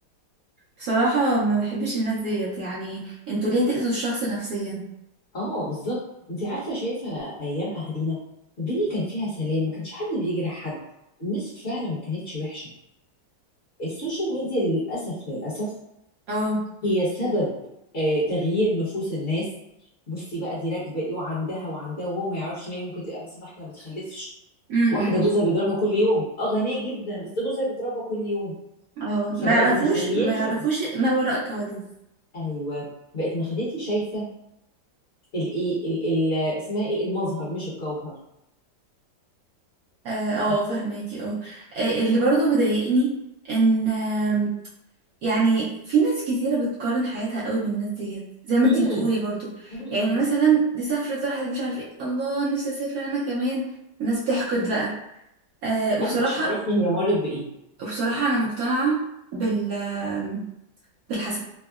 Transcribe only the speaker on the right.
بصراحة ما بحبش الناس ديت يعني انتوا ليه تأذوا الشخص نفسيا
اه
امم
امم.
اه
ما يعرفوش
ما يعرفوش ما وراء الكواليس
اه آه،
فهماكي اه آه، اللي برضو بيضايقني ان آم، يعني في ناس كتيرة بتقارن حياتها قوي بالناس ديت زي ما
انتي بتقولي برضو
يعني مثلا دي سافرت راحت مش عارفة ايه الله نفسي اسافر انا كمان الناس بتحقد بقى أه وبصراحة
وبصراحة انا مقتنعة بال آم، بالحسد